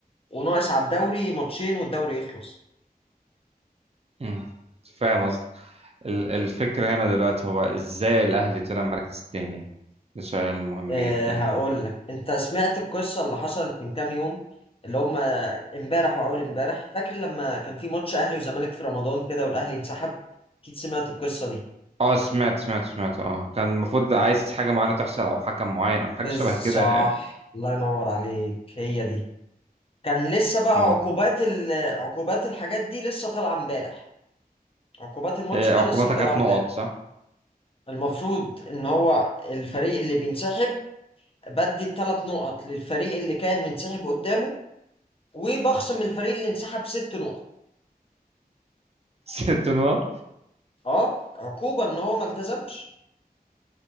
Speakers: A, on the left; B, on the right.
A: وناقص على الدوري ماتشين والدوري يخلص
B: مم. فاهم قصدي ال- الفكرة هنا دلوقتي هو إزاي الأهلي طلع مركز تاني ده سؤال مهم
A: أه
B: جدا
A: هقول لك انت سمعت القصه اللي حصلت من كام يوم اللي هم امبارح واول امبارح فاكر لما كان في ماتش اهلي وزمالك في رمضان كده والاهلي انسحب اكيد سمعت القصه دي
B: اه سمعت سمعت سمعت اه كان المفروض عايز حاجة معينة تحصل أو حكم معين أو حاجة
A: بس
B: شبه كده
A: صح
B: يعني
A: الله ينور عليك هي دي كان لسه بقى
B: خلاص
A: عقوبات ال... عقوبات الحاجات دي لسه طالعه امبارح عقوبات الماتش
B: إيه،
A: ده
B: عقوبتها
A: لسه طالعه
B: كانت
A: امبارح
B: نقط صح؟
A: المفروض ان هو الفريق اللي بينسحب بدي الثلاث نقط للفريق اللي كان منسحب قدامه وبخصم الفريق اللي انسحب ست نقط
B: <laughs> ست نقط
A: اه عقوبة ان هو ما التزمش